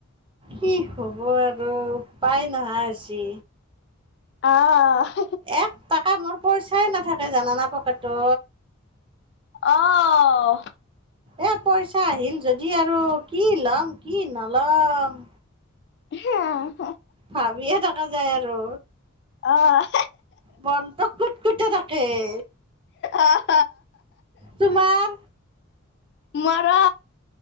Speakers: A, on the right (about 25°); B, on the left (about 55°).
A: কি হ'ব আৰু, উপাই নহা হৈছি।
B: অহ।
A: এক টা- কা মোৰ পইচাই নাথাকে, জানানা পকেতত।
B: অহ।
A: এ পইচা আহিল যদি আৰু, কি ল'ম কি নল'ম।
B: হি অহ।
A: ভাবিয়ে থাকা যায় আৰু।
B: অহ,
A: মনটো কুতকুতাই থাকেই।
B: আহ
A: তোমাৰ?
B: মৰো।